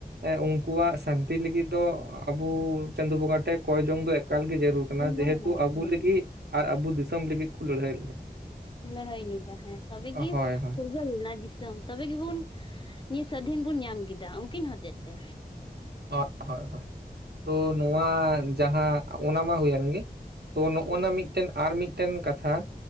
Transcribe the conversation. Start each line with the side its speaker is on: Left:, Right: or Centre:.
Right: ᱮᱸ ᱩᱱᱠᱩᱣᱟᱜ ᱥᱟᱱᱛᱤ ᱞᱟᱹᱜᱤᱫ ᱫᱚ ᱟᱵᱚ ᱪᱟᱸᱫ ᱵᱚᱸᱜᱟ ᱴᱷᱮᱱ ᱠᱚᱭ ᱡᱚᱝ ᱫᱚ ᱮᱠ ᱮᱠᱟᱞ ᱜᱮ ᱡᱟᱹᱨᱩᱲ ᱠᱟᱱᱟ ᱡᱮᱦᱮᱛᱩ
Left: ᱞᱟᱹᱭᱮᱫ
Right: ᱟᱵᱩ
Left: ᱠᱟᱹᱱᱟᱹᱧ ᱦᱮᱸ ᱨᱮᱸᱜᱮᱡ
Right: ᱞᱟᱹᱜᱤᱫ
Left: ᱠᱟᱱᱟ ᱦᱮᱸ
Right: ᱟᱨ ᱟᱵᱚ ᱫᱤᱥᱚᱢ ᱞᱟᱹᱜᱤᱫ ᱠᱚ ᱞᱟᱹᱲᱦᱟᱹᱭ ᱞᱮᱱᱟ᱾
Left: ᱞᱟᱹᱲᱦᱟᱹᱭ ᱞᱮᱫᱟ ᱦᱮᱸ ᱛᱚᱵᱮᱜᱮ
Right: ᱦᱳᱭ ᱦᱳᱭ
Left: ᱯᱷᱩᱨᱜᱟᱹᱞᱱᱟ ᱫᱤᱥᱚᱢ ᱛᱚᱵᱮ ᱜᱮᱵᱚᱱ ᱱᱤᱭᱟᱹ ᱥᱟᱹᱫᱷᱤᱱ ᱵᱚᱱ ᱧᱟᱢ ᱠᱮᱫᱟ, ᱩᱱᱠᱤᱱ ᱦᱚᱛᱮᱡ ᱛᱮ᱾
Right: ᱦᱳᱭ ᱦᱳᱭ ᱦᱳᱭ ᱛᱚ ᱱᱚᱣᱟ ᱡᱟᱦᱟᱸ ᱚᱱᱟ ᱢᱟ ᱦᱩᱭᱮᱱ ᱜᱮ᱾ ᱛᱚ ᱱᱚᱜ
Left: ᱦᱩᱸ
Right: ᱱᱟ ᱢᱤᱫᱴᱮᱱ ᱟᱨ ᱢᱤᱫᱴᱮᱱ ᱠᱟᱛᱷᱟ